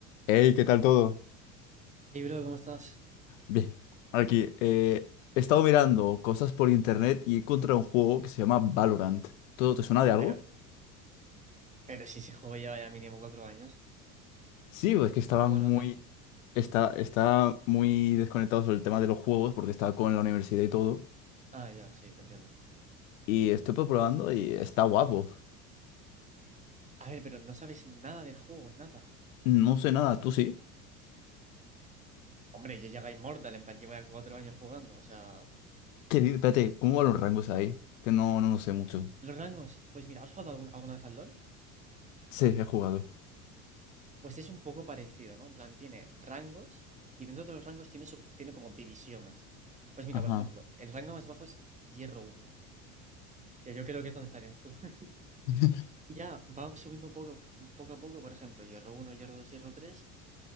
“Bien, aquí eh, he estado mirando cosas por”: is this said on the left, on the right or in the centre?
Left